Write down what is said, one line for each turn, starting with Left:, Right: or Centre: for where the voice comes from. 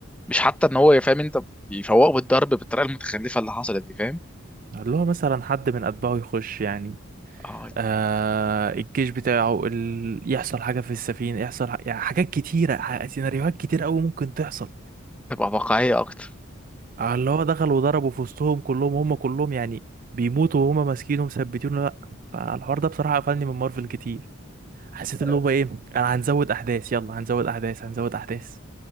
Centre: مش حتى ان هو فاهم انت يفوقه بالضرب بالطريقه المتخلفه اللي حصلت دي فاهم
Right: اللي هو مثلا حد من اتباعه يخش يعني
Centre: اه
Right: آه الجيش بتاعه ال... يحصل حاجة في السفينة يحصل ح... يعني حاجات كتيرة ح... سيناريوهات كتير قوي ممكن تحصل
Centre: تبقى واقعيه اكتر
Right: على اللي هو دخل وضربوا في وسطهم كلهم هم كلهم يعني بيموتوا وهم ماسكينه مثبتينه لا فالحوار ده بصراحة قفلني من مارفل كتير حسيت
Centre: <laughs>
Right: اللي هو ايه انا هنزود احداث يلا هنزود احداث هنزود احداث